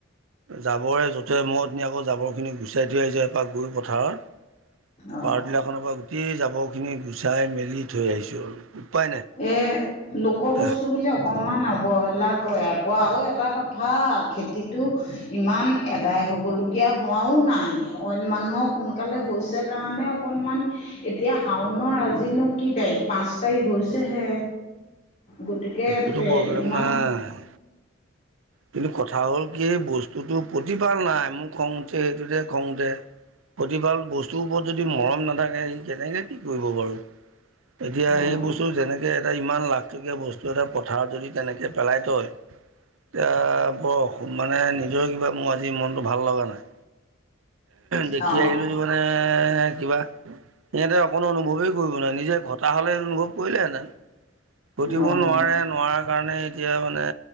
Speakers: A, on the right; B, on the left.
A: জাবৰে যুথৰে, মই নি আকৌ জাবৰখিনি গুচাই থৈ আহিছোঁ। এপাক গৈ পথাৰত
B: অঁ
A: পাৱাৰতিলাৰ খনৰ পৰা, গোটেই জাবৰ খিনি গুচাই মেলি থৈ আহিছো আৰু। উপায় নাই
B: এই লোকৰ
A: এতিয়া
B: বস্তু বুলি অক অকমান অৱহেলা কৰে আকৌ। আৰু এটা কথা খেতিটো ইমান আদাই হ'বলগীয়া হোৱাও নাই, অইন মানুহৰ সোনকালে হৈছে কাৰণে অকনমান, এতিয়া শাওনৰ আজিনো কি তাৰিখ? পাঁচ তাৰিখ হৈছে হৈছে হে, গতিকে
A: সেইটোতো
B: তে
A: প্ৰব্লেম
B: ইমান
A: নাই কিন্তু কথা হ'ল কি? এই বস্তুটো প্ৰতিপাল নাই, মোক খং উঠে সেইটোতে খং উঠে প্ৰতিপাল। বস্তুৰ ওপৰত যদি মৰম নাথাকে কেনেকৈ কি কৰিব বাৰু? এতিয়া
B: অঁ
A: সেই বস্তু, যেনেকে এটা ইমান লাখটকীয়া বস্তু এটা, পথাৰত যদি তেনেকে পেলাই থয় এতিয়া বৰ মানে, নিজৰ কিবা মোৰ আজি মনটো ভাল লগা নাই। দেখি
B: অঁ
A: আহিলো যে মানে, কিবা সিহঁতে অকনো অনুভৱেই কৰিব নোৱাৰে। নিজে ঘটা হ'লে অনুভৱ কৰিলেহেঁতেন ঘটিব
B: অঁ
A: নোৱাৰে। নোৱাৰাৰ কাৰণে এতিয়া মানে